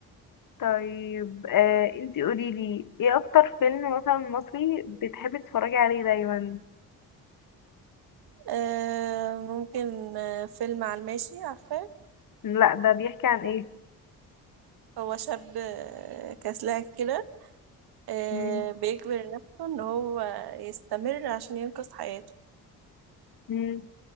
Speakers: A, on the left (about 50°); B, on the right (about 65°).
A: طيب آه انت قوليلي ايه اكتر فيلم مثلا مصري بتحبي تتفرجي عليه دايما
B: آه ممكن آه فيلم على الماشي عارفاه
A: لا ده بيحكي عن ايه
B: هو شاب آه، كسلان كده آه
A: مم.
B: بيجبر نفسه ان هو يستمر عشان ينقذ حياته
A: مم.